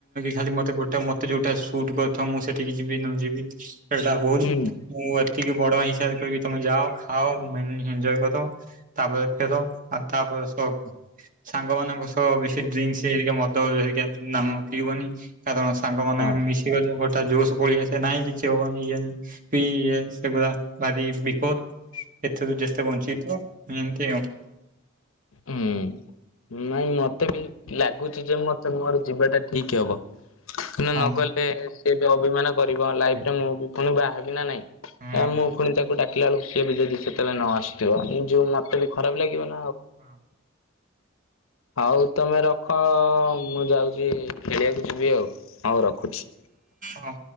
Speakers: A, on the right (about 40°); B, on the left (about 85°).
A: ଖାଲିତେ ଗୋଟେ ମତେ ଯଉଟା ସୁଟ୍ କରିଥିବ, ମୁଁ ସେଠିକି ଯିବି ନ ଯିବି ସେଟା ଭୁଲ,
B: ହୁଁ
A: ମୁଁ ଏତିକି ବଡ ହିସାବରେ କରିବି ତମେ ଯାଅ, ଖାଅ, ଏଜୟ କର ତାପରେ ଫେର, ଆ ତାପରେ ସହ ସାଙ୍ଗ ମାନଙ୍କ ସହ ବେଶୀ ଡ୍ରି ହେ ମ ନାମ ପିିବନି, କାରଣ ସାଙ୍ଗମାନେ
B: ହଁ
A: ମିଶିଗଲେ ଗୋଟେ ତା ଜୋସ୍ ପଳେଇଆସେ, ନାଇଁ କିଛି ହବନି, ଇଏ ପି ସେଗୁଡା ଭାରି ବିପଦ।
B: ହୁଁ <unintelligible>
A: ଯେତେ <unintelligible> ଏମିତି ଆଉ
B: ହୁଁ। ନାଇଁ ମତେ ବି ଲାଗୁଛି ଯେ ମତେ ମୋର ଯିବା ଟା ଠିକ ହବ।
A: ହଁ
B: ନଗଲେ ସିଏ ବି ଅଭିମାନ କରିବ ଲାଇଫରେ
A: ହୁଁ
B: ମୁଁ ପୁଣି ବାହବି ନା ନାଇଁ।
A: ହୁଁ
B: ଏ ମୁଁ
A: ହୁଁ।
B: ପୁଣି ତାକୁ ଡାକିଲା ବେଳକୁ କିଏ ବି ଯଦି ସେତେବେଳେ ନ ଆସୁଥିବ ଯୋଉ ମତେ ବି ଖରାପ ଲାଗିବନି।
A: ହଁ।
B: ହଉ ତମେ ରଖ ମୁଁ ଯାଉଚି ଖେଳିବାକୁ ଯିବି ଆଉ। ହଉ ରଖୁଚି।
A: ଆମ